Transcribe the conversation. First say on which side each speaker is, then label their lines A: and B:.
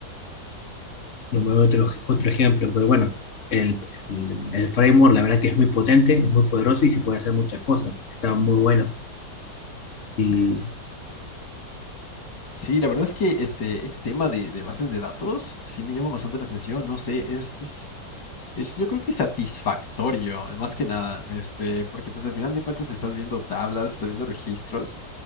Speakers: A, on the left; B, on the left.
A: No me veo otro, otro ejemplo, pero bueno, el, el, el framework la verdad que es muy potente, es muy poderoso y se puede hacer muchas cosas. Está muy bueno. Y,
B: Ok. Sí, la verdad es que este, ese tema de, de bases de datos sí me llama bastante la atención, no sé, es, es Es, yo creo que satisfactorio, eh, más que nada, este, porque pues al final de cuentas estás viendo tablas, estás viendo registros,